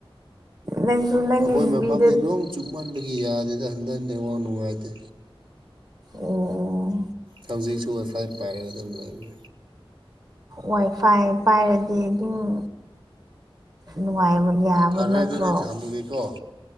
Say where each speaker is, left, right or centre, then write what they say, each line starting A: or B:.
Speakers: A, on the right; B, on the right.
A: ꯅꯪꯁꯨ ꯅꯪꯒꯤ
B: ꯑꯈꯣꯏ
A: ꯅꯨꯄꯤꯗ
B: ꯃꯐꯝꯗꯤ ꯅꯣꯡ ꯆꯨꯝꯃꯟꯕꯒꯤ ꯌꯥꯗꯦꯗ ꯍꯟꯗꯟ ꯅꯦꯋꯥꯛ ꯅꯨꯡꯉꯥꯏꯇꯦ
A: ꯑꯣ
B: ꯍꯧꯖꯤꯛꯁꯨ ꯋꯥꯏꯐꯥꯏ ꯄꯥꯏꯔꯒ ꯑꯗꯨꯝ ꯂꯩꯔꯤ
A: ꯋꯥꯏꯐꯥꯏ ꯄꯥꯏꯔꯗꯤ ꯑꯗꯨꯝ ꯅꯨꯡꯉꯥꯏꯕ ꯌꯥꯕ
B: ꯐꯔꯦ
A: ꯅꯠꯇ꯭ꯔꯣ
B: ꯑꯗꯨꯗꯤ ꯊꯝꯃꯒꯦꯀꯣ